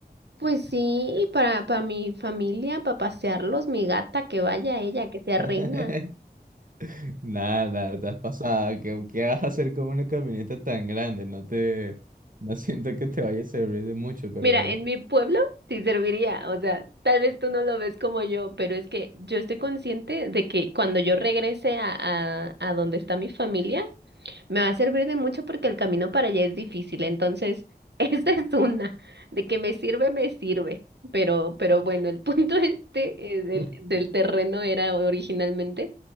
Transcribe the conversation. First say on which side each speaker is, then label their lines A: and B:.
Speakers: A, on the right; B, on the right.
A: Pues sí, para, para mi familia, para pasearlos, mi gata, que vaya ella, que sea
B: <laughs>
A: reina.
B: Nada, estás pasada. ¿Qué, qué vas a hacer con una camioneta tan grande? No te, no siento que te vaya a servir de mucho, pero
A: Mira,
B: bueno.
A: en mi pueblo sí serviría, o sea, tal vez tú no lo ves como yo, pero es que yo estoy consciente de que cuando yo regrese a, a, a donde está mi familia, me va a servir de mucho porque el camino para allá es difícil, entonces <laughs> esa es una, de que me sirve, me sirve, pero, pero bueno, el punto <laughs> este eh, del,
B: <laughs>
A: del terreno era originalmente